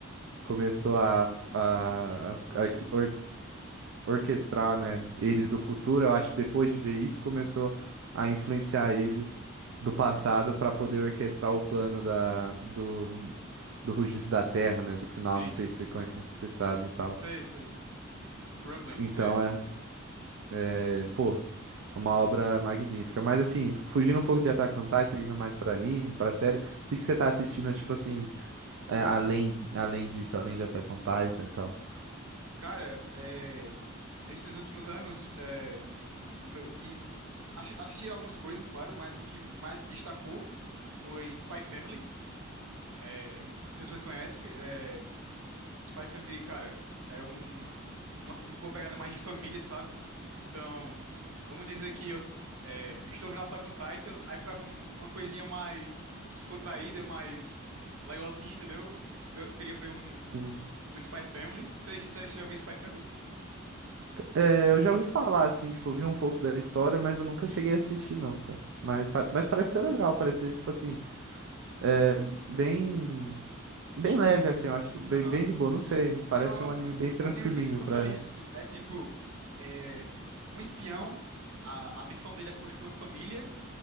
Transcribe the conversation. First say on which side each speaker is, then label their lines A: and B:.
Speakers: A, on the right; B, on the right.
A: começou a, f- a, a, arqui- orquestrar, né, ele do futuro, eu acho que depois de ver isso começou a influenciar ele do passado para poder orquestrar o plano da, do, do Rugido da Terra, né, do final,
B: Sim.
A: não sei se você conhece, você sabe e tal.
B: Sei, sei, sei. Rumbling,
A: Então
B: é.
A: é, é, pô, é uma obra magnífica. Mas assim, fugindo um pouco de Attack on Titan, indo mais para anime, para série, o que que você tá assistindo, tipo assim, é, além além disso, além de Attack on Titan e tal?
B: Cara, é, nesses últimos anos, é, o, meu- o que. Acho, achei algumas coisas, claro, mas o que mais destacou foi Spy Family. É, não sei se você conhece. é, Spy Family, cara, é um uma filme com uma pegada mais de família, sabe? Então, vamos dizer que eu, é, eu estou vendo Attack on Titan, aí pra ver um- uma coisinha mais descontraída, mais legalzinha, entendeu? Eu queria ver um,
A: Sim.
B: um Spy Family. Você você- você já viu Spy Family?
A: É, eu já ouvi falar, assim, tipo, eu vi um pouco da história, mas eu nunca cheguei a assistir, não, cara. Mas, pa- mas parece ser legal, parece ser, tipo assim, é, bem, bem leve, assim, eu acho, bem,
B: Aham.
A: bem de boa, não sei. Parece
B: É um,
A: ser um anime bem tranquilinho
B: é um anime bem descontraído,
A: pra...
B: assim. É tipo, é, um espião, a, a missão dele é construir uma família